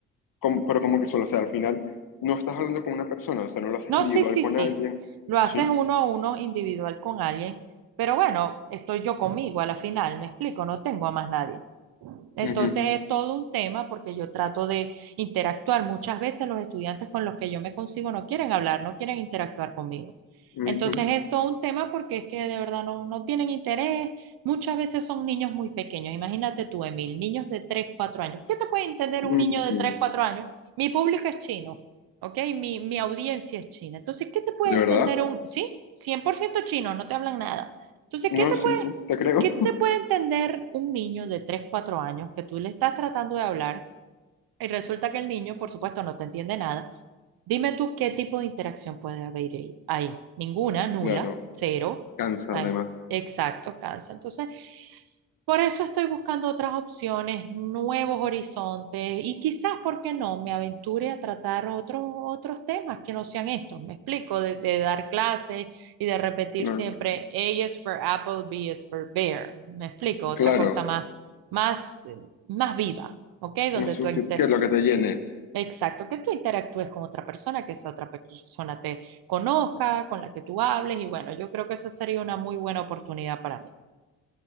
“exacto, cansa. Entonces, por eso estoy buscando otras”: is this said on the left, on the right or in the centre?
Right